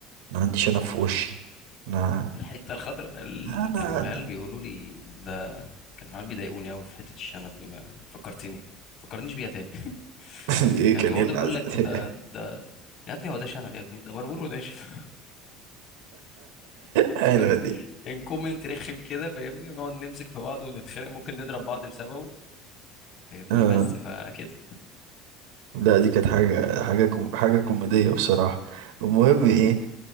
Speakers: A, on the right; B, on the left.
A: انا عندي شنب في وشي انا
B: الحتة الخضراء ال...
A: انا
B: كانوا العيال بيقولوا لي ده كانوا العيال بيضايقوني قوي في حتة الشنب دي ما فكرتني فكرنيش بيها تاني <laughs>
A: <laughs> ايه
B: كان
A: كان
B: يقعدوا
A: ايه اللي
B: يقول
A: عز-
B: لك
A: <laughs>
B: ده ده يا ابني هو ده شنب يا ابني ده بربور وناشف
A: حلوه
B: كومنت
A: دي
B: يعني كومنت رخم كده فاهمني ونقعد نمسك في بعض ونتخانق ممكن نضرب بعض بسببه فاهمني
A: اه
B: بس فكده
A: لا دي كانت حاجه حاجه كوم... حاجه كوميديه بصراحه المهم ايه